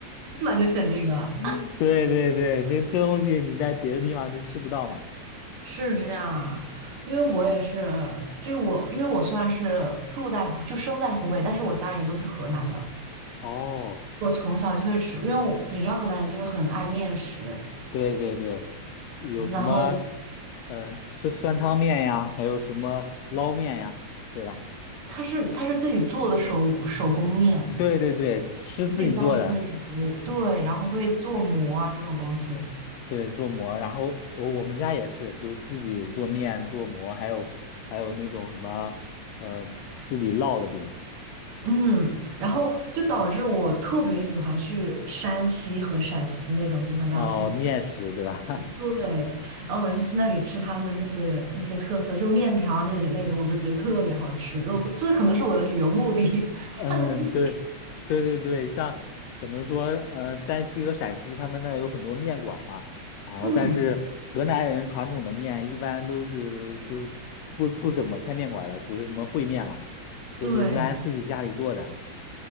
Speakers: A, on the right; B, on the left.
A: 立马就选这个啊。
B: <laughs> 对对对，这这东西你在别的地方就吃不到嘛。
A: 是这样，因为我也是，就是我，因为我虽然是住在湖就生在湖北，但是我家里人都是河南的。
B: 哦，
A: 我从小就会吃，因为我你知道河南人就是很爱面食，
B: 对对对，有什么
A: 然后
B: 呃酸酸汤面呀，还有什么捞面呀，对吧？
A: 他是他是自己做的手手工面，
B: 对对对，是自己做的。
A: 自己家里会揉，对，然后会做馍啊这种东西，
B: 对，做馍，然后我我们家也是，就自己做面、做馍，还有还有那种什么，呃，自己烙的饼，
A: 嗯，然后就导致我特别喜欢去山西和陕西那种地方，你知道吗？
B: 哦，
A: 嗯
B: 面食，对吧？<laughs>
A: 对，然后每次去那里吃他们的那些那些特色，就面条啊那一类的，我就觉得特别好吃。我这可能是我的旅游目的，<laughs> 看的不一，
B: 嗯，对，对对对，像可能说，呃，山西和陕西他们那有很多面馆儿嘛，然后但是河南人传统的面一般都是就是不不怎么开面馆儿的，
A: 嗯，
B: 属于什么烩面嘛，都是一般自己家里做的。
A: 对，